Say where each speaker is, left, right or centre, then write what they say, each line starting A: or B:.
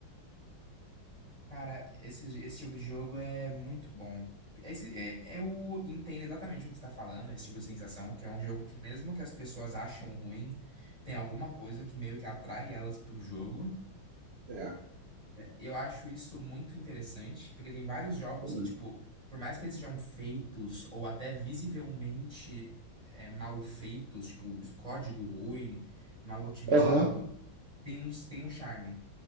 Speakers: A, on the right; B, on the right.
A: Cara, esse, esse tipo de jogo é muito bom. Esse, é, eu entendo exatamente o que você está falando, esse tipo de sensação, que é um jogo que, mesmo que as pessoas acham ruim, tem alguma coisa que meio que atrai elas pro jogo.
B: É,
A: Eu acho isso muito interessante, porque tem vários jogos
B: também.
A: que, tipo, por mais que eles sejam feitos ou até visivelmente é, mal feitos, tipo, esse código ruim, mal otimizado,
B: Aham, uhum.
A: tem um, tem um charme.